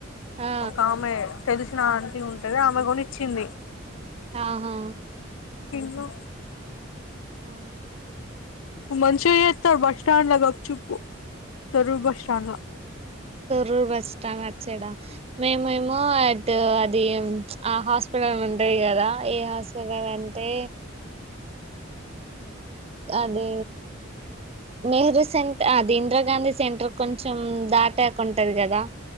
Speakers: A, on the right (about 30°); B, on the left (about 85°).
A: ఆ
B: ఒక్కఆమె. తెలిసిన ఆంటీ ఉంటది. ఆమె కూడ ఇచ్చింది.
A: ఆహా.
B: తిన్ను.
A: ఆ
B: మంచిగా చేస్తారు బస్ స్టాడ్లా గప్ చుప్ తొర్రూరు బస్ స్టాండ్లా.
A: తొర్రూరు బస్ స్టాండ్ అటు సైడా మేమేమో. అది ఆ హాస్పిటల్ ఉంటది కదా ఏ హాస్పిటల్ అంటే. అదే. నెహ్రూ సెంట్ అదీం. ఇందిరాగాంధీ సెంటర్ కొంచెం దాటాకుంటాది కదా.